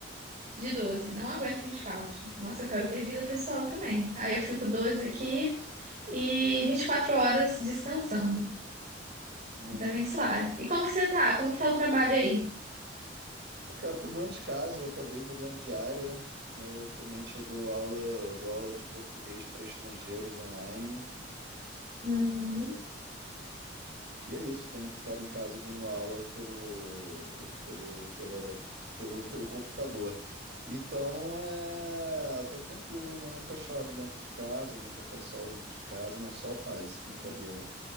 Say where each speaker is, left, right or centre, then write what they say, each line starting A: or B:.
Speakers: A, on the right; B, on the right.
A: De 12, não aguento 24. Nossa, eu quero ter vida pessoal também. Aí eu fico 12 aqui e 24 horas descansando.
B: Hum.
A: Tá bem suave. E como que você tá? Como que tá o trabalho aí?
B: Cara, eu trabalhando de casa, eu acabei mudando de área. Eu também eu dou aula, dou aula de português para estrangeiros online.
A: Uhum.
B: E é isso, tenho ficado em casa dando aula pelo, pelo, pela, pelo, <laughs> pelo computador. Então, é, tá tranquilo, né? Nunca chove dentro de casa, nunca faz sol dentro de casa, não, sol faz, brincadeira.